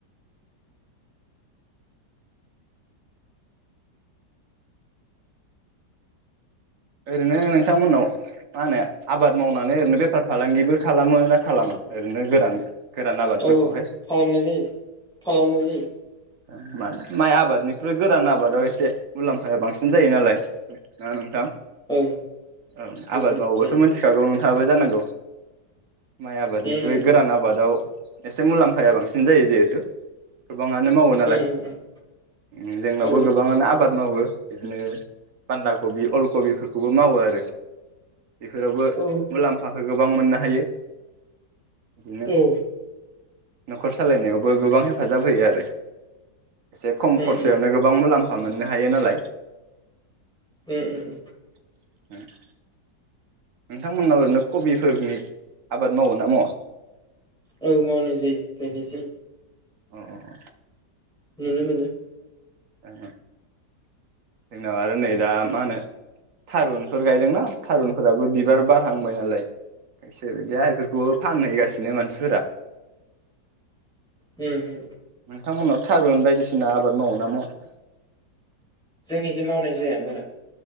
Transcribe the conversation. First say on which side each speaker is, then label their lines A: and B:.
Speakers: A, on the right; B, in the centre.
A: ओरैनो नोंथांमोननाव मा होनो आबाद मावनानै ओरैनो बेफार फालांगिबो खालामो ना खालामा ओरैनो गोरान गोरान आबादफोरखौहाय
B: औ खालामनाय जायो खालामनाय जायो।
A: ओं मानो माइ आबादनिख्रुइ गोरान आबादाव एसे मुलाम्फाया बांसिन जायो नालाय <inaudible> नोंथां
B: औ
A: औ आबाद
B: औ
A: मावोबाथ'
B: जायो
A: मिनथिखागौ नों थाङाबो जानांगौ माइ आबादनिख्रुइ
B: उम
A: गोरान आबादाव एसे मुलाम्फाया बांसिन जायो जिहेथु गोबाङानो मावो नालाय
B: उम उम
A: ओ जोंनावबो
B: औ
A: गोबाङानो आबाद मावो बिदिनो बान्दाबि अलकबि फुल खौबो मावो आरो। बेफोरावबो
B: औ
A: मुलाम्फाखो गोबां मोननो हायो। बिदिनो
B: औ
A: न'खर सालायनायावबो गोबां हेफाजाब होयो आरो- एसे खम
B: उम
A: खरसयावनो
B: उम
A: गोबां मुलाम फा मोननो हायो नालाय।
B: ओम ओम ओम
A: <unintelligible> नोंथांमोननाव ओरैनो कबि फोरनि आबाद मावो ना मावा?
B: औ मावनाय जायो गायनाय जायो।
A: अ अ अ
B: नुनो मोनो।
A: <inaudible> जोंनाव आरो नै दा मा होनो थारुन फोर गायदोंना थारुनफोराबो बिबार बारहांबाय नालाय खायसे या बेफोरखौबो फानहैगासिनो मानसि
B: उम -उम
A: नोंथांमोननाव थारुन बायदिसिना आबाद मावोना मावा?
B: जोंनिखै मावनाय जाया बारा।